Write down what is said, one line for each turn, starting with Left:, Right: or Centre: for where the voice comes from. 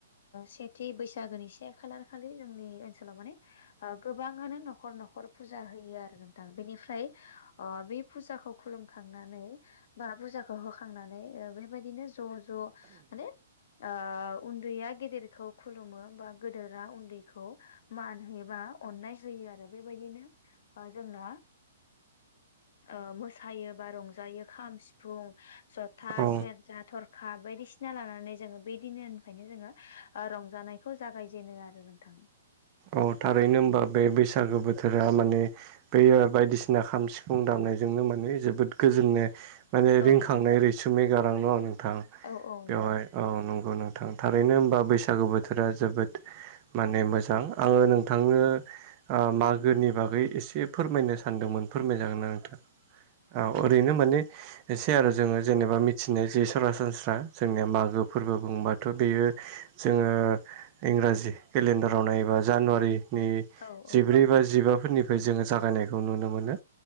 Left: सेथि बैसागोनि से खालार खालि जोंनि ओनसोलाव माने गोबाङानो न'खर न'खर फुजा होयो आरो नोंथां बेनिफ्राय बे फुजाखौ खुलुमखांनानै बा फुजाखौ हो खांनानै बेबायदिनो ज' ज' माने ओ उन्दैया गेदेरखौ खुलुमो बा गोदोरा उन्दैखौ मान होयोबा अननाय होयो आरो बेबायदिनो जोंना ओ मोसायो बा रंजायो खाम सिफुं जथा
Right: औ
Left: सेरजा थरखा बायदिसिना लानानै जोङो बे दिनानिफ्रायनो जोङो रंजानायखौ जागायजेनो आरो नोंथां
Right: औ थारैनो होनबा बे बैसागो बोथोरा माने बेयो बायदिसिना खाम सिफुं दामनायजोंनो माने जोबोद गोजोननाय माने
Left: औ
Right: रिंखांनाय रैसुमै गारां दङ नोंथां
Left: औ औ
Right: बेवहाय
Left: नंगौ
Right: औ नंगौ नोंथां थारैनो होनबा बैसागु बोथोरा जोबोद माने मोजां आङो नोंथांनो मागोनि बागै एसे फोरमायनो सानदोंमोन फोरमायजागोना औ नोंथां औ ओरैनो माने एसे आरो जोङो जेनेबा मिथिनाय जि सरासनस्रा जोंनिया मागो फोरबो बुंबाथ बेयो जोङो इंराजि केलेन्डाराव नायोबा जानुवारिनि
Left: औ
Right: जिब्रै
Left: औ
Right: बा जिबाफोरनिफ्राय जोङो जागायनायखौ नुनो मोनो